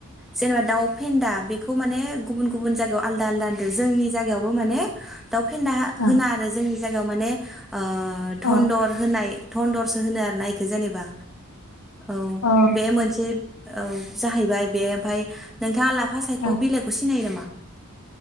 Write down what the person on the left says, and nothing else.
ओं
अ
अ
औ